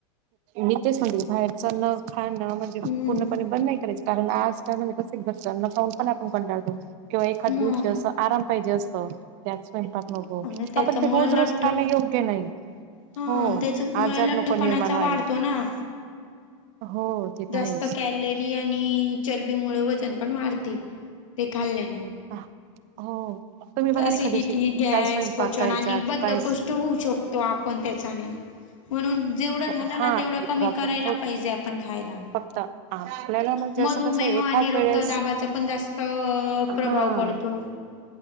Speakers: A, on the right (about 50°); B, on the left (about 80°).
A: मी तेच म्हणते बाहेर जाणं खाणं म्हणजे पूर्ण
B: हम्म.
A: पुर्ण पुणे बंद नाही करायच कारण आज म्हणजे कस पाऊन पण आपण कंटाळतो किंवा एखाद
B: मग.
A: दिवशी असं आराम पाहिजे असतं. त्याच स्वयंपाक नको
B: आणि त्याच्यामुळे
A: ह पण ते रोज, रोज
B: लठ्ठ
A: खाणं योग्य नाही.
B: हा
A: हो
B: त्याच्यामुळे
A: आजार
B: लठ्ठपणाचा
A: नको निर्माण व्हायला
B: वाढतो ना.
A: हो. ते
B: जास्त
A: तर आहेच
B: कॅलरी आणि चरबीमुळे वजन पण वाढते ते खाल्ल्याने.
A: अ हो. तुम्ही बघा
B: अससिडिटी,
A: ना एखाद्याशी
B: गॅस,
A: काय स्वयंपाक
B: पचन
A: करायचा
B: आणि बद्ध
A: काय
B: कोष्ट होऊ शकतो. तो आपण त्याच्याने म्हणून जेवढं झालं
A: हा
B: ना तेवढं
A: हे
B: कमी
A: प्रॉब्लेम
B: करायला
A: होते
B: पाहिजे आपण खायला.
A: फक्त आपल्याला म्हणजे
B: मधुमेह
A: असं कसं एखाद
B: आणि रक्तदाबाचा
A: वेळेस
B: पण जास्त अ प्रभाव
A: हा
B: पडतो.